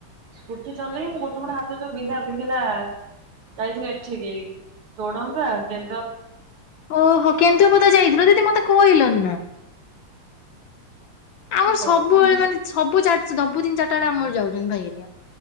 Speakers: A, on the right; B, on the left.
A: ସ୍କୁଟି ଚଲେଇକି ମୁଁ ଗୋଟେ ଗୋଟେ ହାତ ଯୋଉ ବିନ୍ଧା ବିନ୍ଧିଲା ଯାଇଥିଲି ଏଠିକି ତୋଡଙ୍କା କେ
B: ଓହୋ କେନ୍ଦୁପଦା ଯାଇଥିଲ ଦିଦି ମତେ କହିଲନି ନା। ଆମର
A: କଥା
B: ସବୁବେଳେ
A: ମୁଁ
B: ମାନେ ସବୁ ଚା ସବୁ ଦିନ ଚାରିଟା ବେଳେ ଆମର ଯାଉଛନ୍ତି ଭାଇ ଏରିଆ